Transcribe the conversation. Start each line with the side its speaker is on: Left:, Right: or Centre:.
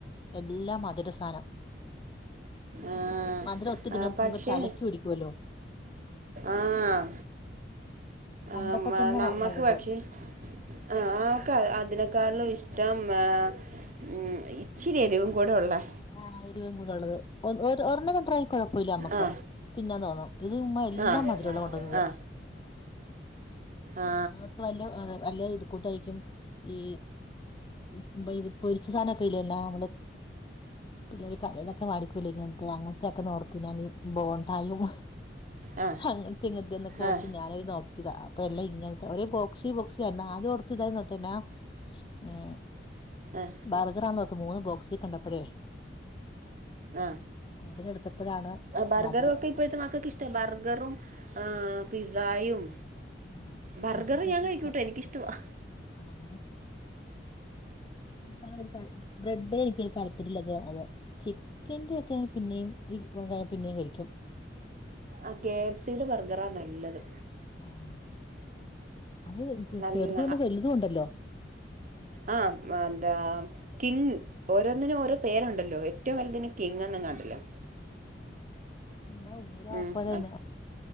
Left: എല്ലാ മധുരസാനം
Right: ആഹ്
Left: മധുരം ഒത്തിരി തിന്നുമ്പോ
Right: പക്ഷേ
Left: നമുക്ക് തലയ്ക്ക് പിടിക്കുവല്ലോ
Right: ആഹ്
Left: കണ്ടപ്പോ
Right: ആഹ് മ
Left: തന്നെ
Right: നമ്മക്ക് പക്ഷേ ആഹ് ക്ക് അതിനേക്കാളിലും ഇഷ്ടം ഏഹ് ഉം ച്ചിരി എരിവും കൂടെ ഉള്ളെ
Left: ആ എരിവും കൂടെള്ളത് ഒ ഒരെണ്ണം ട്രൈ കുഴപ്പമില്ല നമ്മക്ക്
Right: ആ
Left: തിന്നാൻ തോന്നും ഇത് ഉമ്മാ എല്ലാം
Right: ആ
Left: മധുരം ഉള്ളത് കൊണ്ടന്നതാ
Right: ആ ആ ആ
Left: ഞങ്ങളത്തെ വല്ല വല്ല ഇത് കൂട്ടായിരിക്കും ഈ ഉം പൊരി പൊരിച്ച സാധനൊക്കെ ഇല്ലന്ന നമ്മള് പിന്നെര് കടയെന്നൊക്കെ വാടിക്കൂല ഇങ്ങനത്തെ അങ്ങനത്തൊക്കെ നോർത്ത് ബോണ്ടായും
Right: ആ
Left: അങ്ങനത്തെ ഇങ്ങനത്തെ എന്നൊക്കെ ഓർത്ത്
Right: ആ
Left: ഞാന താ അപ്പ എല്ല ഇങ്ങനത്തെ ഒ ഒരു ബോക്സി ബോക്സ് തന്നെ ആരും കൊടുത്ത ഇതായി പിന്ന ആഹ്
Right: ആഹ്
Left: ബർഗറാണന്നോർത്ത് മൂന്ന് ബോക്സിൽ കണ്ടപ്പഴേ
Right: ആ ആ,
Left: കൊടലെടുത്തപ്പഴാണ്
Right: ബർഗറും
Left: മധുരം
Right: ഒക്കെ ഇപ്പോഴത്തെ മക്കക്ക് ഇഷ്ട ബർഗറും ആഹ് പിസ്സായും
Left: ആഹ്
Right: ബർഗറ്
Left: അത് കൂട്ടൊക്കെ
Right: ഞാൻ കഴിക്കൂട്ടെ
Left: ഇഷ്ടം
Right: എനിക്കിഷ്ടവാ
Left: ആഹ് ഞാൻ പറിംബ്രെഡ് എനിക്ക് തലത്തിലുള്ളത് ആവോ ചിക്കന്റെ ഒക്കെ പിന്നെയും ഇത് പിന്നെയും കഴിക്കും
Right: ആഹ് കെ എഫ് സിയുടെ ബർഗറാ നല്ലത്
Left: ആഹ് അത്
Right: നല്ല
Left: ചെറുതും ഒണ്ട് വലുതും ഒണ്ടല്ലോ
Right: ആഹ് മാന്ത കിങ് ഓരോന്നിനും ഓരോ പേരുണ്ടല്ലോ ഏറ്റവും വലുതിന് കിങ് എന്നങ്ങാണ്ടല്ലേ
Left: ആ എന്നാ ഉയര
Right: ഉം
Left: അപ്പലന്ന
Right: ആ